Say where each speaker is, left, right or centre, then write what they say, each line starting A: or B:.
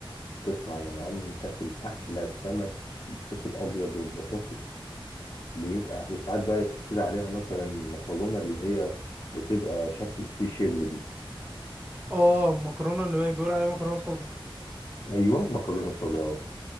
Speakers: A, on the left; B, on the right.
A: تطلع يا معلم تاكل احلى سمك بالصوص الابيض والبطاطس بيبقى وساعات بقى يحط لي عليها مثلا مكرونه اللي هي بتبقى شكل في شيل دي
B: آه المكرونة اللي هي بيقول عليها مكرونة صلصة
A: ايوه مكرونه صدف